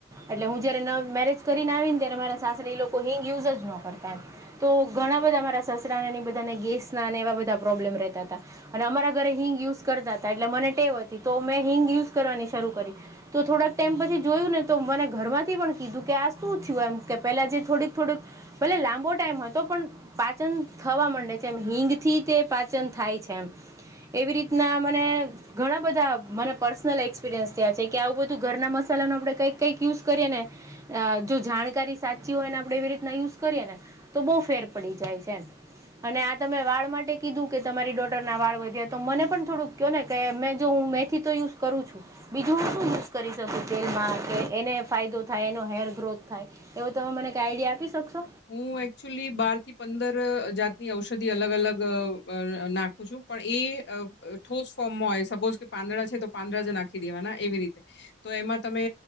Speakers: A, on the right; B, on the left.
A: એટલે હું જયારે ન મેરેજ કરીને આવી ને ત્યારે મારા સાસરી એ લોકો હિંગ યુઝ જ નો કરતા એમ. તો ઘણા બધા મારા સસરા ની બધાને ગેસ ના ને એવા બધા પ્રોબ્લેમ રહેતા હતા. અને અમારા ઘરે હિંગ યુઝ કરતા હતા એટલે મને ટેવ હતી તો મેં હિંગ યુઝ કરવાની શરૂ કરી તો થોડાક ટાઈમ પછી જોયું ને તો મને ઘર માંથી પણ કીધું કે આ શું થયું એમ કે પેલા જે થોડીક થોડીક ભલે લામબોડ. તો પણ પાચન થવા મડે છે એમ હિંગ થી તે પાચન થાય છે એમ. એવી રીતના મને. ઘણા બધા મને પર્સનલ એક્સપિરિયન્સ થયાં છે કે આવું બધું ઘરના મસાલાનો આપણે કંઈક કંઈક યુઝ કરીએ ને અ જો જાણકારી સાચી હોય ને આપડે એવી રીતના યુઝ કરીએે ને તો બહુ ફેર પડી જાય છે એમ. અને આ તમે વાળ માટે કીધું કે તમારી ડોટર ના વાળ વધ્યા તો મને પણ થોડુંક કયો ને કેં મેં જો હું મેથી તો યુઝ કરું છું. બીજું હું શું યુઝ કરી શકું તેલમાં કે એને ફાયદો થાય એનો હેર ગ્રોથ થાય. એવું તમે મને આઈડીયા આપી શકશો.
B: હું એકચુલી બાર થી પંદર અ જાતની ઔષધિ અલગ અલગ અ નાખું છું પણ ઈ અ ઠોસ ફોર્મમાં હોય સપોઝ કે પાંદડા છે તો પાંદડા જ નાખી દેવાના એવી રીતે તો એમાં તમે